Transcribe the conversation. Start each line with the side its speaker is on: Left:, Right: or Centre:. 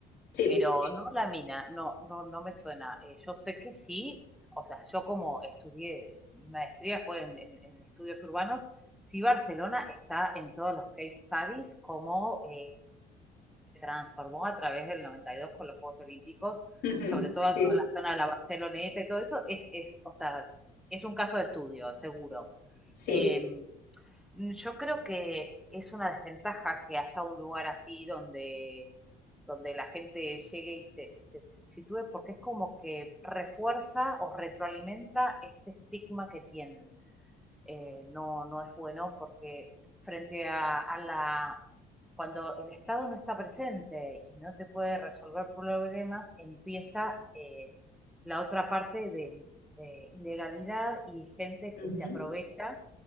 Left: Sí,
Centre: Pero no la mina, no, no, no me suena. Eh, yo sé que sí, o sea, yo como estudié, mi maestría fue en, en- en estudios urbanos, sí Barcelona está en todos los case studies como eh, transformó a través del 92 con los Juegos Olímpicos,
Left: Ujú.
Centre: sobre todo
Left: Sí,
Centre: toda la zona de la Barceloneta y todo eso, es, es, o sea, es un caso de estudio, seguro.
Left: sí.
Centre: Eh, yo creo que es una desventaja que haya un lugar así donde, donde la gente llegue y se, se sitúe, porque es como que refuerza o retroalimenta este estigma que tienen eh, no, no es bueno porque frente a, a, la... Cuando el Estado no está presente y no te puede resolver problemas, empieza eh, la otra parte de, de ilegalidad y gente que
Left: Ujú.
Centre: se aprovecha